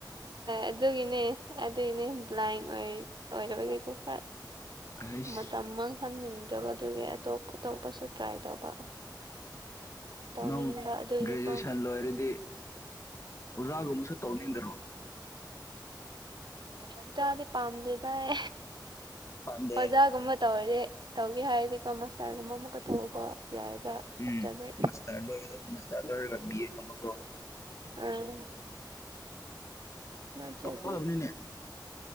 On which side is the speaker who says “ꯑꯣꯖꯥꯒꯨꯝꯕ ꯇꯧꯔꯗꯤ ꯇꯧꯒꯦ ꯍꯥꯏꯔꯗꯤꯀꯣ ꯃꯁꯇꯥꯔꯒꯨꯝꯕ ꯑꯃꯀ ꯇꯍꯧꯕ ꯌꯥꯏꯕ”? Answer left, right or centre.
Right